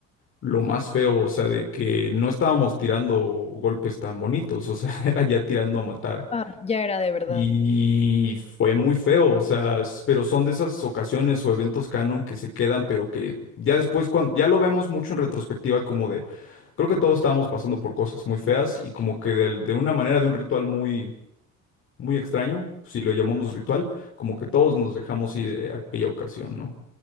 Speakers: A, on the left; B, on the left.
A: Lo más feo, o sea, de que no estábamos tirando golpes tan bonitos, o sea, <laughs> era ya tirando a matar.
B: Ah, ya era de verdad.
A: Y fue muy feo, o sea, s- pero son de esas ocasiones o eventos canon que se quedan, pero que ya después, cuando, ya lo vemos mucho en retrospectiva, como de, creo que todos estábamos pasando por cosas muy feas y como que de, de una manera, de un ritual muy, muy extraño, si lo llamamos ritual, como que todos nos dejamos ir de aquella ocasión, ¿no?